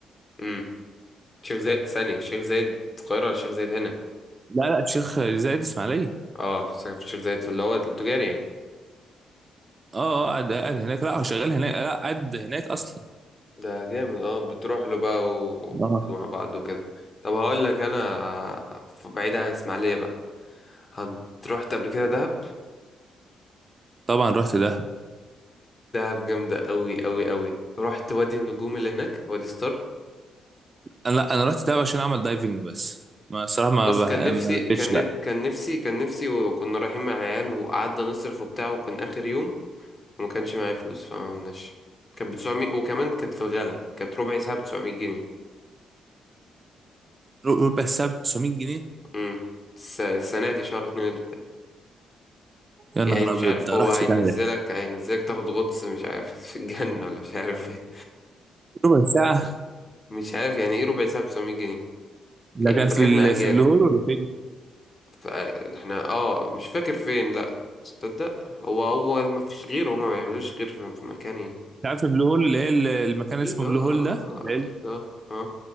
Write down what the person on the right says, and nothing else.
لا لا الشيخ زايد إسماعيلية
اه آه، قاعد قاعد هناك لا هو شغال هناك لا قاعد هناك أصلا
آه.
طبعا رحت ده
أنا لا أنا رحت ده عشان أعمل دايفنج بس ما الصراحة ما
بح...
ما
لفتش بقى
ربع الساعة ب 900 جنيه
يا
نهار
أبيض
ده
رحت
في ده
ربع ساعة
ده
كان
في ال...
في بلو هول ولا فين؟
انت عارف بلو هول اللي هي ال- المكان اسمه
بلو
هول ده
اللي
هي